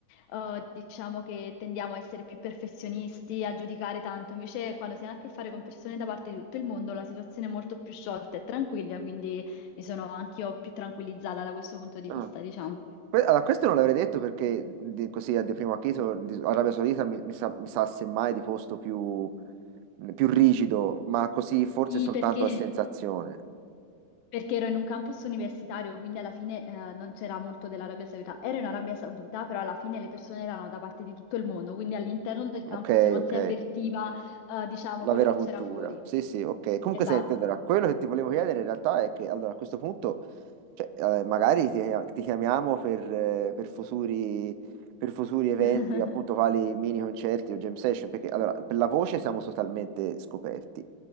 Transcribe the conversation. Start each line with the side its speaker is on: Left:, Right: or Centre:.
Left: eh, diciamo che tendiamo a essere più perfezionisti, a giudicare tanto, invece quando si ha a che fare con persone da parte di tutto il mondo la situazione è molto più sciolta e tranquilla, quindi mi sono anch'io più tranquillizzata da questo punto di
Right: Ah.
Left: vista, diciamo.
Right: Que- Allora, questo non l'avrei detto perché di- così a di primo acchito di- Arabia Saudita mi, mi sa, mi sa semmai di posto più, più rigido, ma così forse
Left: Sì,
Right: soltanto
Left: perché
Right: a sensazione.
Left: Perché ero in un campus universitario, quindi alla fine eh, non c'era molto dell'Arabia Saudita. Ero in Arabia Saudita, però alla fine le persone erano da parte di tutto il mondo, quindi all'interno del
Right: Ok,
Left: campus non
Right: ok.
Left: si avvertiva, eh, diciamo,
Right: La
Left: quello
Right: vera
Left: che
Right: cultura.
Left: c'era fuori.
Right: Sì, sì, ok. Comunque
Left: Esatto.
Right: senti, allora, quello che ti volevo chiedere in realtà è che allora, a questo punto, cioè, eh, magari ti, ti chiamiamo per, eh, per futuri, per futuri eventi,
Left: <laughs>
Right: appunto, quali mini concerti o jam session, perché allora, per la voce siamo totalmente scoperti.